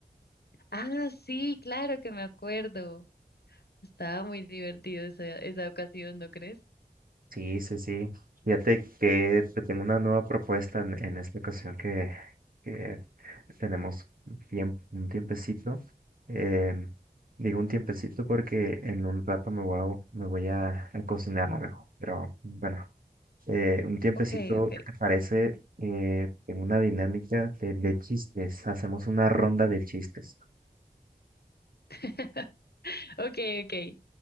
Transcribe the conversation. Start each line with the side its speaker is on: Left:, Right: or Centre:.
Left: Ah, sí, claro que me acuerdo. Estaba muy divertido esa, esa ocasión, ¿no crees?
Right: Sí, sí, sí. Fíjate que te tengo una nueva propuesta en, en esta ocasión que, que tenemos bien, un tiempecito. Eh, digo un tiempecito porque en un rato me voy a, me voy a, a cocinar algo. Pero bueno, eh, un tiempecito,
Left: Ok, ok.
Right: ¿qué te parece? Eh, en una dinámica de, de chistes. Hacemos una ronda de chistes.
Left: <laughs> Ok, ok.